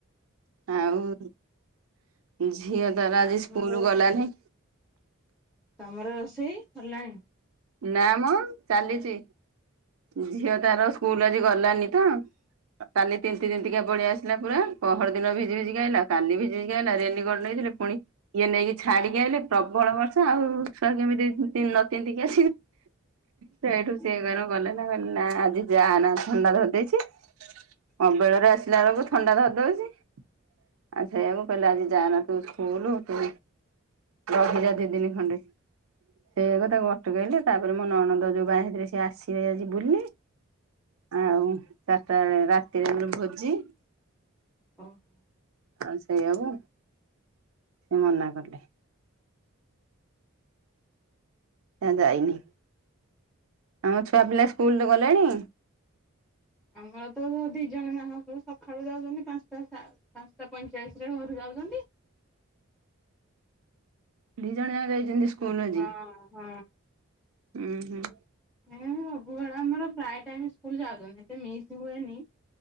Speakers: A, on the right; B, in the centre.
A: ଆଉ ଝିଅ ତାର
B: ଆମର
A: ଆଜି ସ୍କୁଲ୍ ଗଲାନି।
B: ତମର ରୋଷେଇ ହେଲାଣି?
A: ନାଁ ମ ଚାଲିଚି ଝିଅ ତାର ସ୍କୁଲ ଆଜି ଗଲାନି ତ କାଲି ତିନ୍ତି ତିନ୍ତି କା ପଳେଆସିଲା ପୁରା ପହର୍ ଦିନ ଭିଜି ଭିଜିିକା ଆଇଲା କାଲି ଭିଜିିକା ଆଲା ରେନିକୋଟ ନେଇ ପୁଣି ଇଏ ନେଇକି ଛାଡିକି ଆଇଲେ ପ୍ରବଳ ବର୍ଷା ଆଉ ଛୁଆ କେମିତି ତିନ୍ତି ନ ତିନ୍ତି ସେ ସେଇଠୁ
B: ଓହୋ।
A: ସିଏ କଣ ଗଲେ ନା କହିଲେ ନା ଆଜି ଯାଆନା ଥଣ୍ଡା ଧରିଦେଇଛି ଅବେଳରେ ଆସିଲା ବେଳକୁ ଥଣ୍ଡା ଧରିଦଉଛି। ଆ ଛେୟାକୁ କୁ କହିଲେ ଆଜି ଯାନା ତୁ ସ୍କୁଲ ତୁ ରହିଯା ଦି ଦିନି ଖଣ୍ଡେ ସେୟାକୁ ତାକୁ ଟୁକେଇ ଲେତାପରେ ମୁଁ ନଣନ୍ଦ ଯୋଉ ବାହା ହେଇଥିଲେ ସେ ଆସିବେ ଆଜି ବୁଲି। ଆଉ ଚାର୍ଟା ବେଳେ ରାତିରେ ଆମର ଭୋଜି।
B: ଓହୋ।
A: ଆଉ ସେୟାକୁ ସେ ମନା କଲେ। ନା ଯାଇନି ଆମ ଛୁଆ ପିଲା ସ୍କୁଲ ଗଲେଣି?
B: ଆମର ତ ଦି ଜଣ ଯାକ ସକାଳୁ ଯାଉଛନ୍ତି ପାଞ୍ଚଟା ପାଞ୍ଚଟା ପଇଁଚାଳିଶ ରେ ଘରକୁ ଆଉଚନ୍ତି।
A: ଦି ଜଣ ଯାକ ଯାଇଛନ୍ତି ସ୍କୁଲ
B: ହ
A: ଆଜି।
B: ହଁ ହଁ।
A: ଉଁ ହୁଁ।
B: ସବୁବେଳେ ଆମର ପ୍ରାଏ ଟାଇମ୍ ସ୍କୁଲ ଯାଉଛନ୍ତି ଏତେ ମିସ୍ ହୁଏନି।